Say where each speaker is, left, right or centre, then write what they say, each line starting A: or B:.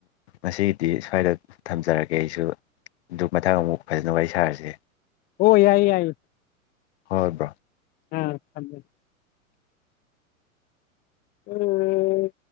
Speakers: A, on the left; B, on the left.
A: ꯉꯁꯤꯒꯤꯗꯤ ꯁ꯭ꯋꯥꯏꯗ ꯊꯝꯖꯔꯒꯦ ꯑꯩꯁꯨ ꯑꯗꯨ ꯃꯊꯪ ꯑꯃꯨꯛ ꯐꯖꯅ ꯋꯥꯔꯤ ꯁꯥꯔꯁꯦ
B: ꯑꯣ ꯌꯥꯏ ꯌꯥꯏ
A: ꯍ ꯕꯥ
B: ꯑꯥꯃꯦ ꯑꯣꯝ